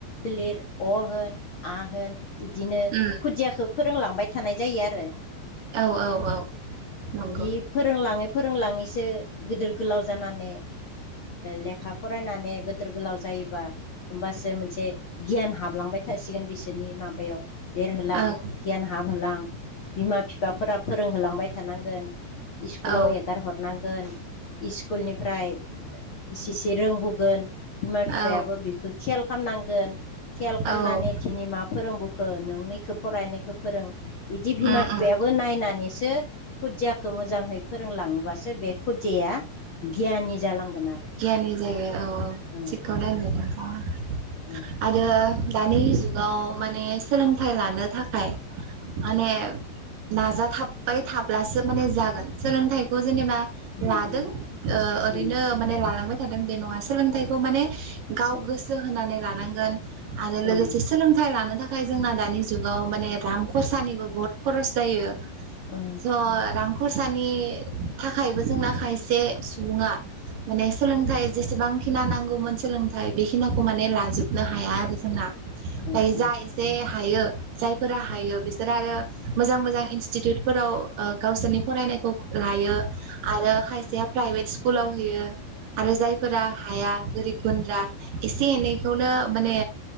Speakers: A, on the left; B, on the right.
A: लिर अ होन आ होन इदिनो
B: उम
A: खुदियाखौ फोरोंलांबाय थानाय जायो आरो।
B: औ औ औ नंगौ
A: बिदि फोरोंलाङो फोरोंलाङैसो गिदिर गोलाव जानानै लेखा फरायनानै गोदोर गोलाव जायोबा होमबासो मोनसे गियान हाबलांबाय थासिगोन बिसोरनि माबायाव देरहोलां
B: ओं
A: गियान हाबहोलां बिमा बिफाफोरा फोरोंहोलांबाय थानांगोन। इस्कुलाव
B: औ
A: एगार हरनांगोन इस्कुलनिफ्राय इसे इसे रोंबोगोन बिमा बिफायाबो
B: औ
A: बेखौ खेल खालामनां गोन। खेल खालामनानै
B: उम
A: दिनै मा फोरोंबोखो नों इखौ फराय नोय इखौ फोरों इदि बिमा
B: उम
A: बिफायाबो नायनानैसो खुदिया खौ मोजाङै फोरोंलाङोबासो बे खुदिया गियानि जालांगोन आरो
B: गियानि जायो औ औ
A: ओ
B: थिगखौनो
A: ओ
B: होनदों नोथाङा।
A: ओ
B: दानि जुगाव माने सोलोंथाइ लानो थाखाय माने नाजाथाबबाय थाब्लासो माने जागोन सोलोंथाइखौ जेनेबा लादों
A: उम उम
B: ओ ओरैनो
A: उम
B: माने लालांबाय थादों बे नङा सोलोंथाइखौ माने गाव
A: सो
B: गोसो होनानै लानांगोन आरो लोगोसे
A: ओ
B: सोलोंथाइ लानो थाखाय जोंना दानि जुगाव माने रां खरसानिबो बहुत खरस जायो
A: ओ
B: ज' खरसानि थाखायबो जोंना खायसे सुबुङा माने सोलोंथाइ जेसेबांखिना नांगौमोन सोलोंथाइ बेखिनिखौ माने लाजोबनो हाया आरो जोंना।
A: ओ
B: दायो
A: ओ
B: जा
A: उम ओ
B: एसे हायो जायफोरा हायो बिसोर आरो मोजां मोजां इनस्टिटिउटफोराव ओ गावसोरनि फरायनाय खौ लायो आरो खायसेया प्राइभेट स्कुलाव होयो आरो जायफोरा हाया गोरिब गुन्द्रा एसे एनैखौनो माने